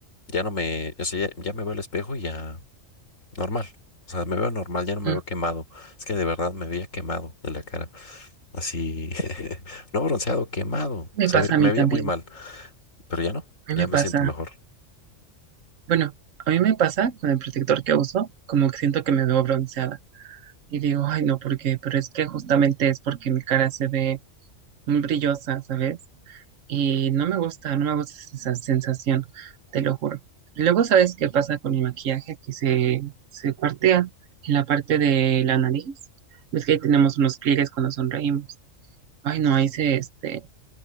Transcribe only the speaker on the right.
mm.
Me
pasa
a
mí también.
A mí
me
pasa,
bueno, a mí me pasa con el protector que uso, como que siento que me veo bronceada. Y digo, ay, no, ¿por qué? Pero es que justamente es porque mi cara se ve muy brillosa, ¿sabes? Y no me gusta, no me gusta esa sensación, te lo juro. Y luego, ¿sabes qué pasa con mi maquillaje? Que se, se cuartea en la parte de la nariz. Ves que ahí tenemos unos pliegues cuando sonreímos. Ay, no, ahí se, este,